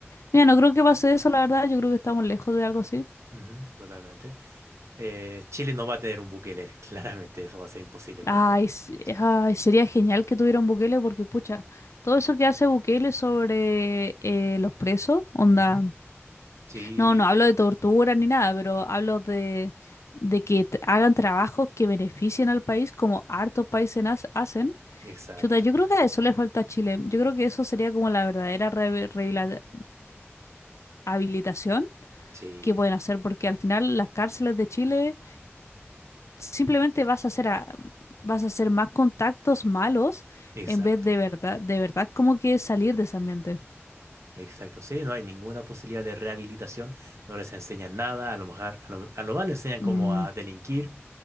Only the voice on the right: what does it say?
Ujú, totalmente. Eh, Chile no va a tener un Bukele, <laughs> claramente, eso va a ser imposible para
un país. con-
Sí.
Ujú. Sí,
exacto,
sí,
exacto,
exacto. Sí, no hay ninguna posibilidad de rehabilitación, no les enseñan nada, a lo mejor, a lo, a lo más les enseñan como
a delinquir,